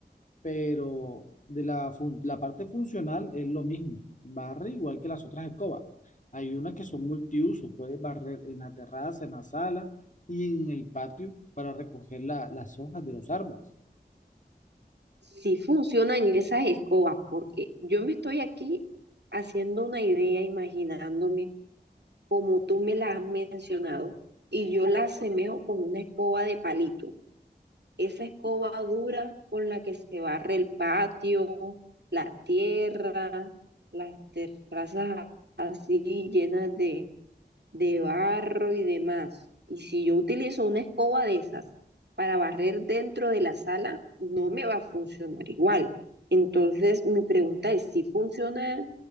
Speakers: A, on the left; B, on the right.
A: pero de la, fun- la parte funcional es lo mismo. Barre igual que las otras escobas. Hay unas que son multiusos, puedes barrer en la terraza, en la sala y en el patio para recoger la- las hojas de los árboles.
B: Si funcionan esas escobas, porque yo me estoy aquí haciendo una idea, imaginándome como tú me la has mencionado, y yo la asemejo con una escoba de palito. Esa escoba dura con la que se barre el patio, la tierra, las terrazas así llenas de de barro y demás. Y si yo utilizo una escoba de esas para barrer dentro de la sala, no me va a funcionar igual. Entonces, mi pregunta es si funcionan